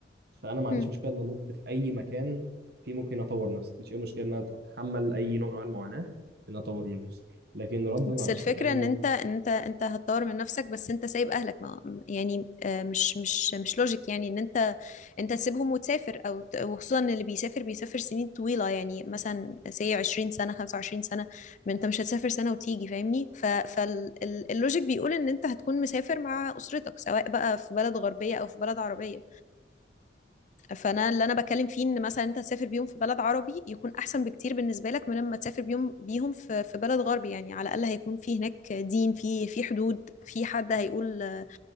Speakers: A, on the right; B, on the left.
A: فانا ما عنديش
B: مم.
A: مشكله ان انط في اي مكان فيه ممكن اطور نفسي مش اي مشكله ان انا اتحمل اي نوع من أنواع المعاناه ان أنا اطور من نفسي لكن ردا
B: بس
A: على
B: الفكرة
A: سؤال
B: ان انت ان انت انت هتطور من نفسك بس انت سايب اهلك ما يعني آه، مش مش مش لوجيك يعني ان انت انت تسيبهم وتسافر او ت- وخصوصا إن اللي بيسافر بيسافر سنين طويلة يعني مثلا سي 20 سنة 25 سنة ما انت مش هتسافر سنة وتيجي فاهمني فاللوجيك بيقول ان انت هتكون مسافر مع اسرتك سواء بقى في بلد غربية او في بلد عربية فانا اللي انا بتكلم فيه ان مثلا انت تسافر بيهم في بلد عربي يكون احسن بكتير بالنسبه لك من لما تسافر بيهم بيهم في في بلد غربي يعني على الاقل هيكون في هناك دين في في حدود في حد هيقول آه،